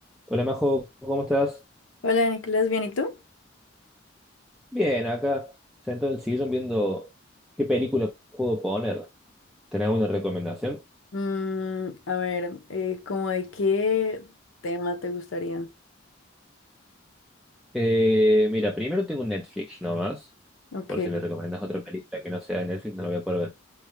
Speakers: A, in the centre; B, on the left (about 75°).
A: Hola Majo, ¿cómo estás?
B: Hola Nicolás, ¿bien y tú?
A: Bien, acá sentado en el sillón viendo qué película puedo poner. ¿Tenés alguna recomendación?
B: Mm, a ver, eh, ¿cómo de qué tema te gustaría?
A: Eh, mira, primero tengo un Netflix nomás,
B: Ok,
A: por si me recomendas otra película que no sea de Netflix, no la voy a poder ver.